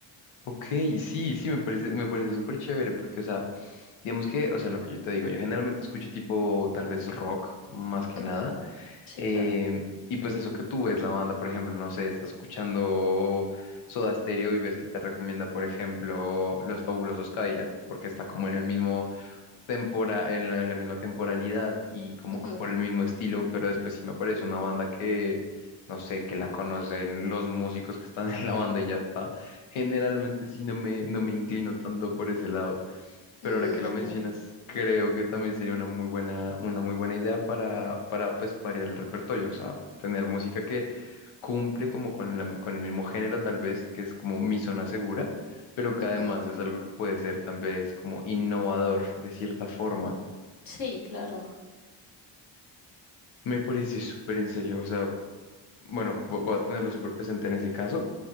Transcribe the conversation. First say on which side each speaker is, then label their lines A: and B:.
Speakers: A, on the left (about 85°); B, on the left (about 45°).
A: Ok, sí, sí, me parece, me parece súper chévere porque, o sea, digamos que, o sea, lo que yo te digo, yo generalmente escucho tipo tal vez rock más que
B: Ujú,
A: nada.
B: Sí,
A: em,
B: claro.
A: y pues eso que tú ves la banda, por ejemplo, no sé, estás escuchando Soda Stereo y ves que te recomienda, por ejemplo, Los Fabulosos Cadillac porque está como en el mismo tempora, en la, en la misma temporalidad y como
B: Ujú.
A: que por el mismo estilo, pero después sí me aparece una banda que, no sé, que la conocen los músicos que están <laughs> en la banda y ya está. Generalmente sí no me, no me inclino tanto por ese lado. Pero
B: Mm,
A: ahora que lo
B: entiendo.
A: mencionas, creo que también sería una muy buena, una muy buena idea para, para pues, variar el repertorio, o sea, tener música que cumple como con, la- con el mismo género tal vez, que es como mi zona segura, pero que
B: Ujú.
A: además es algo que puede ser tal vez como innovador de cierta forma.
B: Sí, claro.
A: Me parece súper en serio, o sea, bueno, vo- voy a tenerlo súper presente en ese caso.